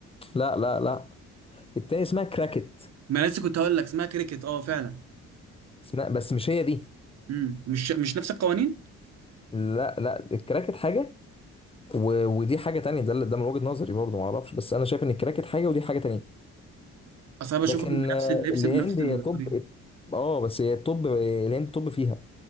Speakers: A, on the left; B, on the right.
A: لا لا لا التاني اسمها كراكت
B: ما أنا لسه كنت هقول لك اسمها كريكت اه فعلا
A: اسمها بس مش هي دي
B: امم مش مش نفس القوانين
A: لا لا الكراكت حاجه و... ودي حاجه تانية ده اللي- ده من وجهه نظري برضه ما اعرفش بس انا شايف ان الكراكت حاجه ودي حاجه تانية
B: اصل انا بشوفهم
A: لكن
B: بنفس
A: آه،
B: اللبس
A: الهند
B: بنفس الطريقه
A: هي توب اه بس هي التوب الهند توب فيها